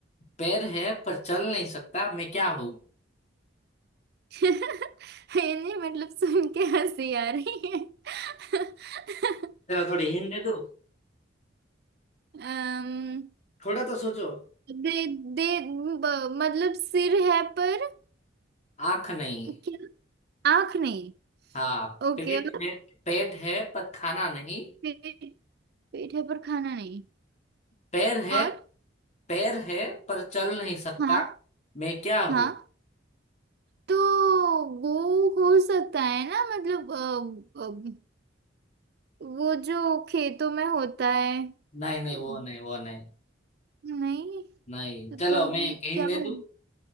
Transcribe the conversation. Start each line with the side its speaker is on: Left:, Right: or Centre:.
Left: पैर है पर चल नहीं सकता मैं क्या हूँ
Right: <laughs> ये नहीं मतलब सुन के हंसी आ रही है <laughs>
Left: चलो थोड़ी हिंट दे दूँ
Right: अम्म,
Left: थोड़ा तो सोचो
Right: दे दे ब- मतलब सिर है पर
Left: आंख नहीं
Right: क्या आंख नहीं
Left: हाँ
Right: ओके
Left: पेट
Right: और
Left: है पेट है पर खाना नहीं
Right: पेट पेट है पर खाना नहीं
Left: पैर है
Right: और
Left: पैर है पर चल नहीं सकता
Right: हाँ
Left: मैं क्या हूँ
Right: हाँ तो वो हो सकता है ना मतलब अ, अ, वो जो खेतों में होता है
Left: नहीं
Right: तो,
Left: नहीं वो नहीं वो नहीं
Right: नहीं
Left: नहीं
Right: तो
Left: चलो
Right: तो
Left: मैं एक हिंट
Right: क्या
Left: दे
Right: है
Left: दूं